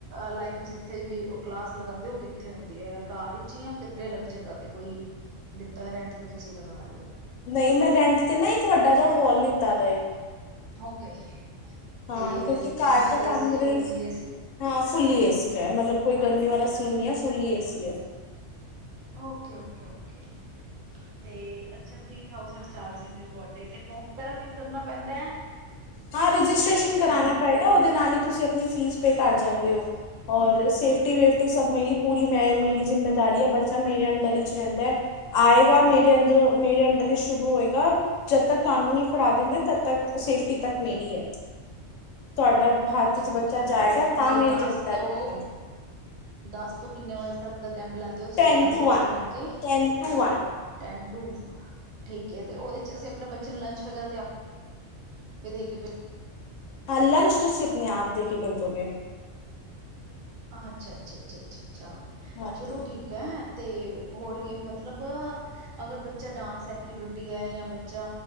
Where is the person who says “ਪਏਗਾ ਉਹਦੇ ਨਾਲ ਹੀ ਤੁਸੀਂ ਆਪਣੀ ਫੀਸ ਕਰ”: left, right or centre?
Left